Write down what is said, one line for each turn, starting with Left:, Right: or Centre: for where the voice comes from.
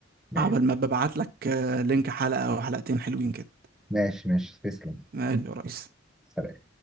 Centre: ماشي
Right: عبل ما ببعت لك آه، لينك حلقة أو حلقتين حلوين كده
Centre: ماشي ماشي تسلم
Right: ماشي يا ريس
Centre: سلام